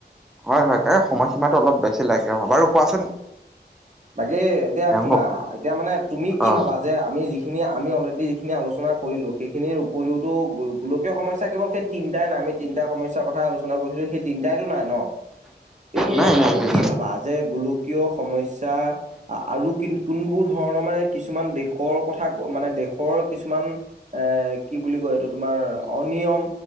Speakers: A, in the centre; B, on the right.
A: হয় হয় ক সময়সীমাটো অলপ বেছি লাগে হ বাৰু কোৱাচোন
B: বাকী এতিয়া শুনা
A: মোক
B: এতিয়া মানে তুমি কি
A: অ
B: ভাবা? যে আমি যিখিনি আমি অলৰেডি যিখিনি আলোচনা কৰিলোঁ সেইখিনিৰ উপৰিওতো গোলকীয় সমস্যা কেৱল সেই তিনটাই নাই আমি তিনটা সমস্যাৰ কথা আলোচনা কৰিছিলো সেই তিনটাইতো নাই ন। এতিয়া তুমি
A: নাই নাই
B: আৰু
A: নাই
B: কি ভাবা যে গোলকীয় সমস্যা আৰু কোনবোৰ ধৰণৰ মানে কিছুমান দেশৰ কথা ক মানে দেশৰ কিছুমান এ কি বুলি কয় এইটো তোমাৰ অনিয়ম